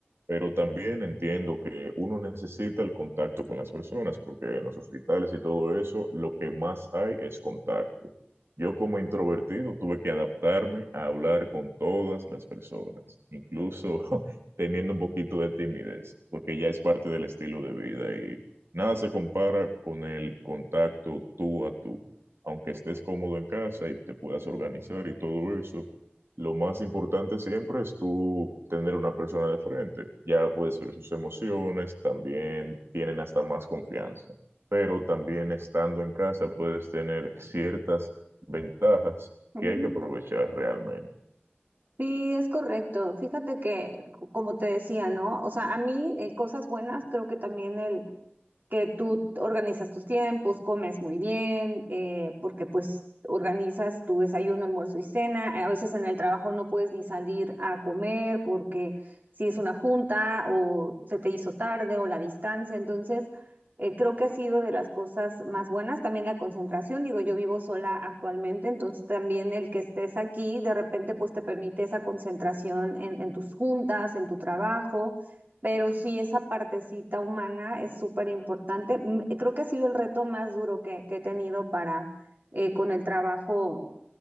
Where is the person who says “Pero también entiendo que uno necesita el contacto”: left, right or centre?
Right